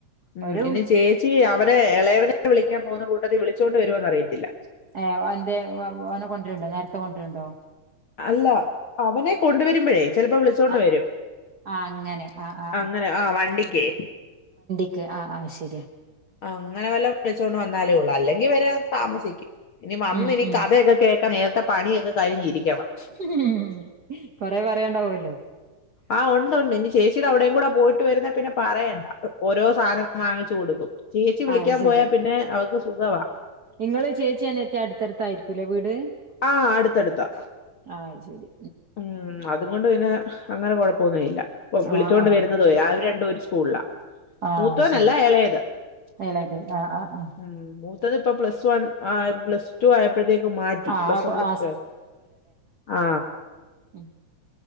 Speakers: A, on the left (about 60°); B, on the right (about 50°).
A: ഉം
B: ഒരു
A: ഇനി ചേച്ചി അവരെ എ ളയവനെ വിളിക്കാൻ പോകുന്ന കൂട്ടത്തി വിളി ച്ചോണ്ട് വരോന്ന് അറിയത്തില്ല
B: ഏഹ് എന്തേ വെ, ഓനെ കൊണ്ട്‌റിണ്ടോ? നേരത്തെ കൊണ്ട്റിണ്ടോ?
A: അല്ല അവനെ കൊണ്ടുവര്മ്പഴേ ചെലപ്പോ വിളിച്ചോണ്ട്
B: ആ
A: വരും.
B: ആ അങ്ങനെ ആ ആ
A: അങ്ങനെ ആ വണ്ടിക്കേ?
B: ക്കെ. ആഹ്, ശരിയാ
A: അങ്ങനെ വല്ലോം വിളിച്ചോണ്ട് വന്നാലേ ഒള്ളൂ, അല്ലെങ്കി വരാൻ താമസിക്കും. ഇനി വന്നിനി
B: ഉം ഉം
A: കഥയൊക്കെ കേക്കാൻ നേരത്തെ പണിയൊക്കെ കഴിഞ്ഞിരിക്കും
B: ഹ്മ് കൊറെ പറയണ്ടാവോല്ലോ?
A: ആഹ് ഒണ്ട്, ഒണ്ട് ഇനി ചേച്ചിടെ അവിടേം കൂടെ പോയിട്ട് വരുന്നെ പിന്നെ പറയണ്ട ഓരോ സാധനം വാങ്ങിച് കൊടുക്കും ചേച്ചി വിളിക്കാൻ
B: ആ അത് ശരി
A: പോയാ പിന്നെ അവക്ക് സുഖവാ
B: നിങ്ങള് ചേച്ചി അനിത്തി അടുത്തടുത്തായിയിരിക്കൂല്ലേ വീട്?
A: ആഹ് അടുത്തടുത്താ.
B: ആ അത് ശരി
A: ഉം അത് പി അതുകൊണ്ട് പിന്നെ അങ്ങനെ കൊഴപ്പൊന്നുല്ല. ഇപ്പം വിളിച്ചൊണ്ട്
B: ആ ആ
A: വരുന്നത് വരെ അവര് രണ്ടു ഒര് സ്കൂൾലാ
B: ആ
A: മൂത്തവനല്ല
B: ശരി
A: എളയത്.
B: എളയത് ആ ആ ആ
A: ഉം മൂത്തത് ഇപ്പൊ പ്ലസ് വൺ ആ ഇപ്പ പ്ലസ് ടു ആയപ്പോഴത്തേക്ക് മാറ്റി
B: ആ
A: പ്ലസ് വൺ പ്ലസ്
B: ആ
A: ടു ആയപ്പോ ആ.
B: ഉം